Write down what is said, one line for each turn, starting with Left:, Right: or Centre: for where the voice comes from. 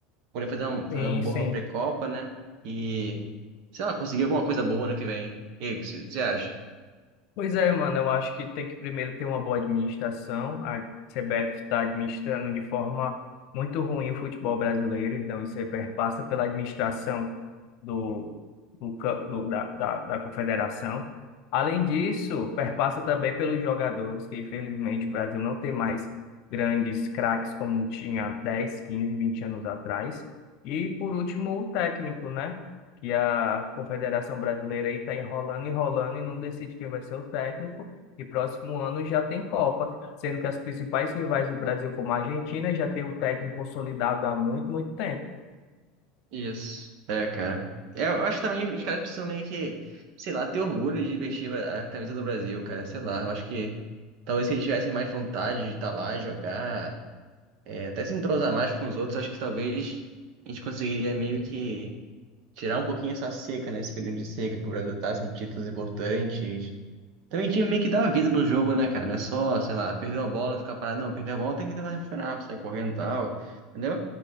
Right: poder fazer uma, fazer
Left: Sim,
Right: uma boa
Left: sim.
Right: pré-copa, né? E, sei lá, conseguir alguma coisa boa ano que vem. E aí, o que você você acha?
Left: Pois é, mano, eu acho que tem que primeiro ter uma boa administração. A CBF está administrando de forma muito ruim o futebol brasileiro, então isso aí perpassa pela administração do, do, ca- do- da, da, da confederação. Além disso, perpassa também pelos jogadores, que infelizmente o Brasil não tem mais grandes craques como tinha dez quinze vinte anos atrás. E por último, o técnico, né? que a Confederação Brasileira aí está enrolando, enrolando e não decide quem vai ser o técnico. E próximo ano já tem Copa, sendo que as principais rivais do Brasil, como a Argentina, já tem o técnico consolidado há muito, muito tempo.
Right: Isso. É, cara. É, eu acho que também os caras precisam meio que, sei lá, ter orgulho de vestir a camisa do Brasil, cara. Sei lá, eu acho que talvez se eles tivessem mais vontade de estar lá, jogar, é, até se entrosar mais com os outros, acho que talvez a gente conseguiria meio que tirar um pouquinho essa seca, né? Esse período de seca que o Brasil tá sem títulos importantes. Também tinha meio que dar vida no jogo, né, cara? Não é só, sei lá, perdeu a bola, ficar parado. Não, perdeu a bola, tem que tentar recuperar, sair correndo e tal. Entendeu?